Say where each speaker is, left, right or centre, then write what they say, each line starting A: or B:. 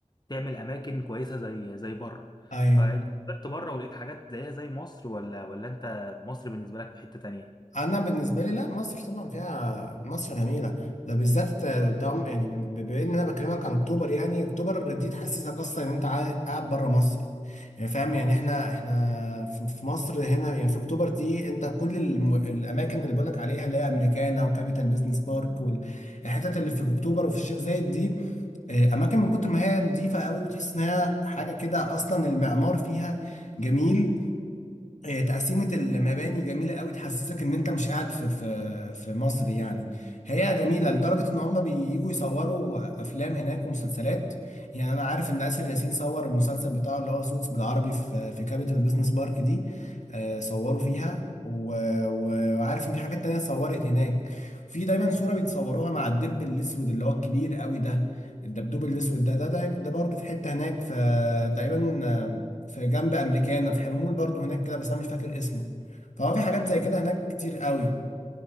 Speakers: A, on the left (about 35°); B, on the left (about 70°).
A: تعمل اماكن كويسة زي زي بره
B: ايوه
A: فانت سافرت بره ولقيت حاجات زيها زي مصر ولا ولا انت مصر بالنسبة لك في حتة تانية
B: انا بالنسبه لي لا مصر طبعا فيها مصر جميله ده بالذات آه، طبعا يعني بما ان انا بكلمك عن اكتوبر يعني اكتوبر دي تحسسك اصلا ان انت عا- قاعد بره مصر يعني فاهم يعني احنا احنا في في مصر هنا يعني في اكتوبر دي انت كل الم- الاماكن اللي بقولك عليها اللي هي امريكانا وكابيتال بيزنس بارك والحتت اللي في اكتوبر وفي الشيخ زايد دي آه، اماكن من كتر ما هي نظيفه قوي بتحس انها حاجه كده اصلا المعمار فيها جميل آه، تقسيمة المباني جميلة قوي تحسسك ان انت مش قاعد في في في مصر يعني هي جميلة لدرجة ان هم بييجوا يصوروا افلام هناك ومسلسلات يعني انا عارف ان آسر ياسين صور المسلسل بتاعه اللي هو سوتس بالعربي في في كابيتال بيزنس بارك دي آه، صوروا فيها و- و- وعارف ان في حاجات تانية اتصورت هناك في دايما صورة بيتصوروها مع الدب الاسود اللي هو الكبير قوي ده الدبدوب الاسود ده ده ده, ده برضه في حتة هناك في تقريبا في جنب امريكانا في حمول برضو هناك كده بس انا مش فاكر اسمه فهو في حاجات زي كده هناك كتير قوي